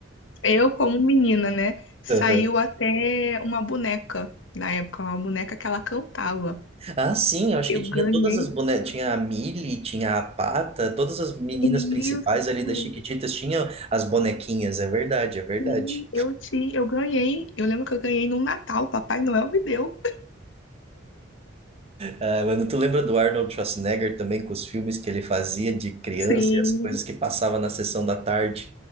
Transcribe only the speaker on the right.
Aham.
Ah, sim, eu acho
que tinha
todas as bonecas. Tinha a Millie, tinha a Pata, todas as meninas
principais ali das Chiquititas tinham as bonequinhas, é verdade, é verdade.
Ah, mano, tu lembra do Arnold Schwarzenegger também com os filmes que ele fazia de criança
e as coisas que passava na sessão da tarde?